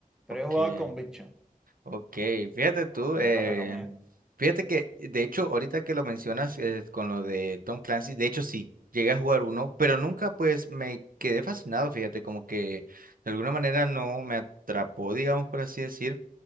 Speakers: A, in the centre; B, on the right (about 75°).
A: pero
B: Okay,
A: yo he jugado el Conviction.
B: okay. Fíjate tú,
A: que
B: eh,
A: te lo recomiendo.
B: fíjate que de hecho ahorita que lo mencionas eh, con lo de Tom Clancy, de hecho sí, llegué a jugar uno, pero nunca pues me quedé fascinado, fíjate, como que de alguna manera no me atrapó, digamos por así decir.